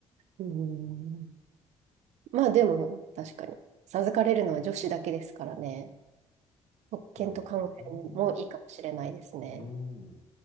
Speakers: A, on the right; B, on the left.
A: うん。まあ、でも、確かに。授かれるのは女子だけですからね。特権と考えるのもいいかもしれないですね。
B: そうですよね。うん。